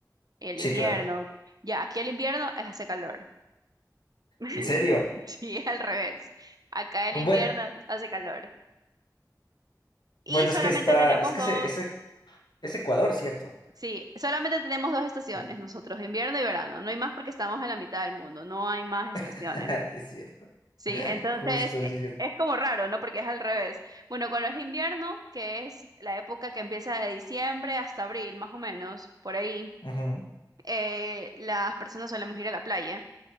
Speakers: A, on the right; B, on the left.
A: El
B: Sí,
A: invierno.
B: claro.
A: Ya, aquí el invierno es- hace calor. <laughs>
B: ¿En serio?
A: Sí, al revés. Acá el
B: Bueno,
A: invierno hace calor. Y
B: bueno,
A: solamente
B: es que está,
A: tenemos
B: es que
A: dos.
B: ese, ese, es Ecuador, ¿cierto?
A: Sí, solamente tenemos dos estaciones
B: Sí.
A: nosotros, invierno y verano. No hay más porque estamos en la mitad del mundo, no hay más estaciones.
B: <laughs> Es cierto.
A: Sí, entonces
B: Justo,
A: e-
B: sí es cierto.
A: es como raro, ¿no? Porque es al revés. Bueno, cuando es invierno, que es la época que empieza de diciembre hasta abril, más o menos, por ahí,
B: Ujú,
A: eh, las personas solemos ir a la playa.